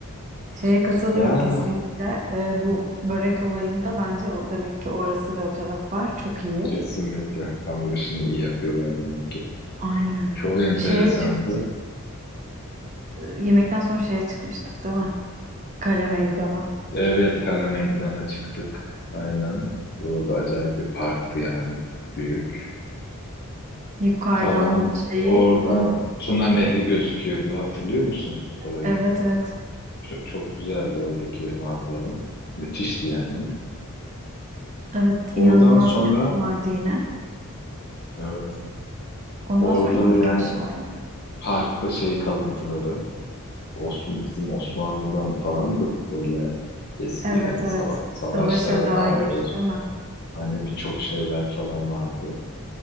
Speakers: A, on the right (about 35°); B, on the left (about 45°).
A: Şeye katılıyorum
B: Yani
A: kesinlikle. Ee, bu börek olayında bence o demek ki orası ve o taraflar çok iyi.
B: Kesinlikle. Hamur işini iyi yapıyorlar demek ki.
A: Aynen.
B: Çok enteresandı.
A: Şey çıktı, yemekten sonra şeye çıkmıştık değil mi? Kale meydana.
B: Evet, Kara Meydan'a çıktık. Aynen. Orada acayip bir parktı yani. Büyük
A: Yukarıdan
B: falan.
A: şeyi
B: Oradan
A: e,
B: Tuna Nehri gözüküyordu. Hatırlıyor musun orayı?
A: evet evet
B: Çok, çok güzeldi oradaki manzara. Müthişti yani.
A: evet
B: Oradan
A: inanılmaz
B: sonra
A: bir hava vardı yine.
B: evet
A: Ondan
B: orada
A: sonra indik
B: yani
A: aşağı yine.
B: parkta şey kalıntıları Osman, bizim Osmanlı'dan falan da böyle eski
A: Evet
B: hani
A: evet
B: sava- savaşlara
A: savaşa dair
B: dair
A: değil mi?
B: Hani birçok şeyler falan vardı.